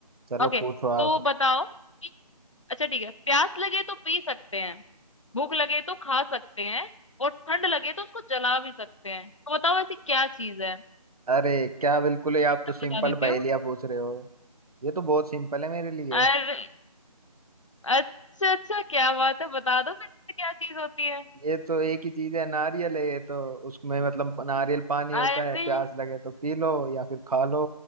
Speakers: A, on the right; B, on the left.
A: चलो
B: ओके
A: पूछो
B: तो
A: आप
B: बताओ कि अच्छा ठीक है प्यास लगे तो पी सकते हैं भूख लगे तो खा सकते हैं और ठंड लगे तो उसको जला भी सकते हैं तो बताओ ऐसी क्या चीज है मैं
A: अरे क्या बिल्कुल ही आप
B: तो
A: तो सिंपल
B: बता देती
A: पहेलियाँ पूछ रहे हो ये तो बहुत सिंपल है मेरे लिए
B: हूँ अच्छा अच्छा क्या बात है बता दो फिर से क्या चीज होती है
A: ये तो एक ही चीज है नारियल है ये तो उसमें मतलब नारियल पानी होता
B: अरे
A: है प्यास लगे तो पी लो या फिर खा लो